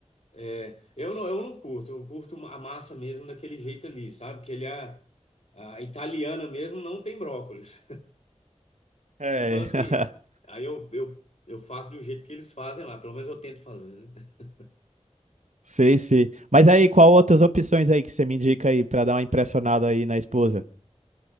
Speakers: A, on the left (about 65°); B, on the right (about 80°).
A: É, eu não, eu não curto, eu curto a massa mesmo daquele jeito ali, sabe? Que ele é, a italiana mesmo não tem brócolis.
B: É.
A: Então, assim,
B: <laughs>
A: aí eu, eu, eu faço do jeito que eles fazem lá, pelo menos eu tento fazer, né? <laughs>
B: Sei, sei. Mas aí, qual outras opções aí que você me indica aí pra dar uma impressionada aí na esposa?